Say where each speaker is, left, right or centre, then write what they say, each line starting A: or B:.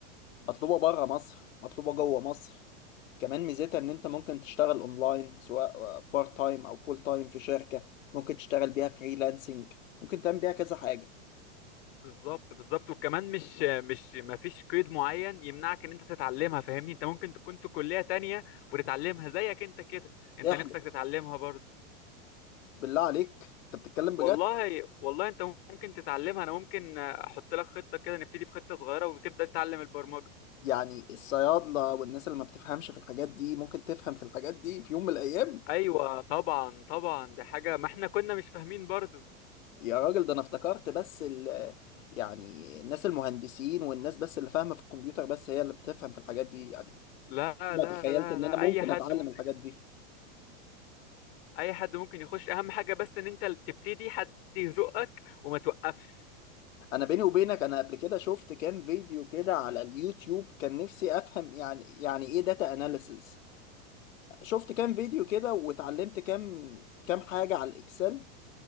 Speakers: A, on the left; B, on the left.
A: مطلوبة بره مصر مطلوبة جوه مصر كمان ميزتها ان انت ممكن تشتغل اونلاين سواء بارت تايم او فول تايم في شركة ممكن تشتغل بيها فريلانسنج ممكن تعمل بيها كذا حاجة
B: بالظبط بالظبط وكمان مش مش ما فيش قيد معين يمنعك إن أنت تتعلمها فاهمني أنت ممكن تكون في كلية تانية وتتعلمها زيك أنت كده أنت
A: احلف
B: نفسك تتعلمها برضه
A: بالله عليك انت بتتكلم بجد
B: والله والله أنت ممكن تتعلمها أنا ممكن أحط لك خطة كده نبتدي بخطة صغيرة وتبدأ تتعلم البرمجة
A: يعني الصيادلة والناس اللي ما بتفهمش في الحاجات دي ممكن تفهم في الحاجات دي في يوم من الايام
B: أيوة طبعا طبعا دي حاجة ما إحنا كنا مش فاهمين برضه
A: يا راجل ده انا افتكرت بس ال يعني الناس المهندسين والناس بس اللي فاهمة في الكمبيوتر بس هي اللي بتفهم في الحاجات دي يعني
B: لا
A: ما
B: لا
A: تخيلت
B: لا
A: ان
B: لا
A: انا ممكن
B: اي حد
A: اتعلم
B: ممكن
A: الحاجات
B: يخش
A: دي
B: اي حد ممكن يخش اهم حاجه بس ان انت تبتدي حد يزقك وما توقفش
A: انا بيني وبينك انا قبل كده شفت كام فيديو كده على اليوتيوب كان نفسي افهم يعني يعني ايه داتا اناليسز شفت كام فيديو كده واتعلمت كام كام حاجة على الاكسل